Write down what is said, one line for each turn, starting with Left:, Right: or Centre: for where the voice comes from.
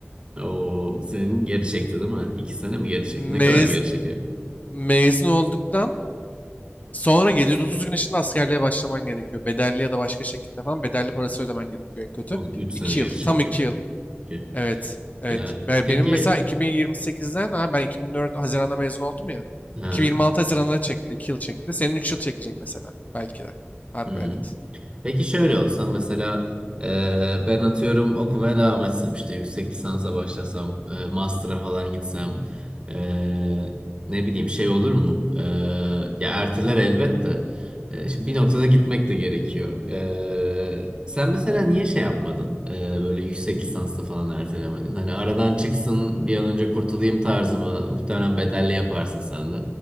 Right: O senin geri çekti değil mi? 2 sene mi geri çekti?
Left: Mez,
Right: Ne kadar geri çekiyor?
Left: mezun olduktan sonra 730 gün içinde askerliğe başlaman gerekiyor. Bedelli ya da başka şekilde falan bedelli parası ödemen gerekiyor en kötü.
Right: O 3 sene
Left: 2
Right: geri
Left: yıl. Tam
Right: çekiyor.
Left: 2 yıl.
Right: Ki.
Left: Evet. Evet.
Right: Ya
Left: Ve
Right: peki
Left: Benim mesela 2028'den ha ben 2004 Haziran'da mezun oldum ya.
Right: ha,
Left: 2026 Haziran'da çekti. 2 yıl çekti. Senin 3 yıl çekecek mesela. Belki de. Harbi
Right: hmm.
Left: evet.
Right: Peki şöyle olsa mesela e, ben atıyorum okumaya devam etsem işte yüksek lisansa başlasam e, master'a falan gitsem e, ne bileyim şey olur mu? E, ya erteler elbette. E, şimdi bir noktada gitmek de gerekiyor. E, sen mesela niye şey yapmadın? E, böyle yüksek lisansta falan ertelemedin. Hani aradan çıksın bir an önce kurtulayım tarzımı muhtemelen bedelli yaparsın sen de.